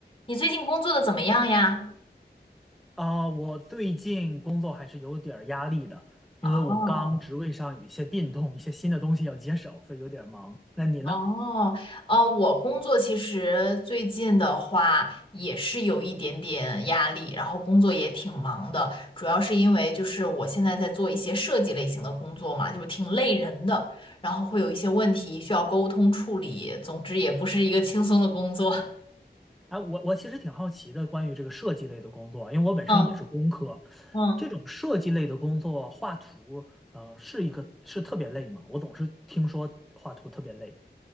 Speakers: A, on the left; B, in the centre.
A: 你最近工作的怎么样呀？
B: 啊，我最近工作还是有点儿压力的，因为我刚职位上有一些变动，
A: 哦
B: 一些新的东西要接手，所以有点儿忙。那你呢？
A: 哦哦，我工作其实最近的话也是有一点点压力，然后工作也挺忙的，主要是因为就是我现在在做一些设计类型的工作嘛，就是挺累人的，然后会有一些问题需要沟通处理，总之也不是一个轻松的工作。<laughs>
B: 哎，我我其实挺好奇的，关于这个设计类的工作啊，因为我本身也是工科，
A: 嗯嗯。
B: 这种设计类的工作，画图，呃，是一个是特别累吗？我总是听说画图特别累。